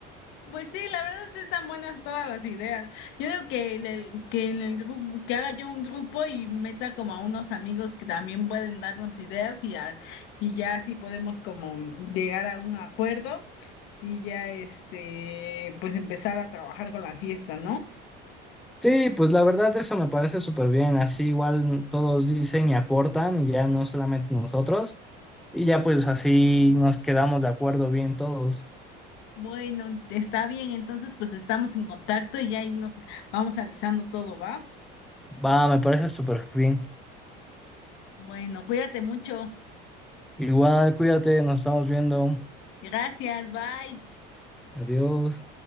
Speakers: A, on the left; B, in the centre.
A: Pues sí, la verdad es que están buenas todas las ideas. Yo digo que, en el- que en el grupo, que haga yo un grupo y meta como a unos amigos que también pueden darnos ideas y, a- y ya así podemos como llegar a un acuerdo y ya este, pues empezar a trabajar con la fiesta, ¿no?
B: Sí, pues la verdad eso me parece súper bien, así igual todos dicen y aportan y ya no solamente nosotros y ya pues así nos quedamos de acuerdo bien todos.
A: Bueno, está bien, entonces pues estamos en contacto y ya ahí nos vamos avisando todo, ¿va?
B: Va, me parece súper bien.
A: Bueno, cuídate mucho.
B: Igual, cuídate, nos estamos viendo.
A: Gracias, bye.
B: Adiós.